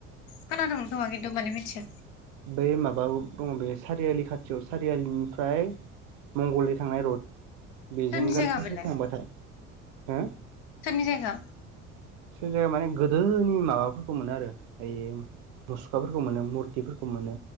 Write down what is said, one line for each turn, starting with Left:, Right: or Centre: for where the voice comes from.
Left: ख दं थङा खिथु माने मिथि <unintelligible>
Right: बै माबायाव दङ बे सारियालि खाथियाव सारियालिनिफ्राय मंगलदै थांनाय रड बेजों
Left: सोरनि
Right: गारससो
Left: जायगा बेलाय
Right: थांबाथाय हो
Left: सोरनि जायगा
Right: सोरनि जायगा माने गोदोनि माबाफोरखौ मोनो आरो ओइ मुसुखाफोरखौ मोनो मुरथिफोरखौ मोनो